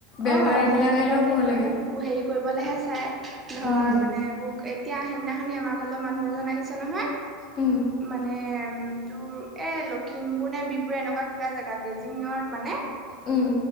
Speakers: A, on the left; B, on the right.
A: বেপাৰীবিলাক
B: অ' সিহঁত বিলাকে
A: আহিলেও ভয়
B: সেইবোৰ
A: লাগে
B: হেৰি কৰিবলৈহে চাই ধৰ
A: উম,
B: মানে এইবোৰ এই এতিয়া সেইদিনাখনি আমাৰ ঘৰলৈ মানুহ এজন আহিছে নহয়।
A: উম
B: মানে তোৰ এই লখিমপুৰ নে বিপুৰ এনেকুৱা কিবা জেগা গেজিঙত মানে,
A: উম।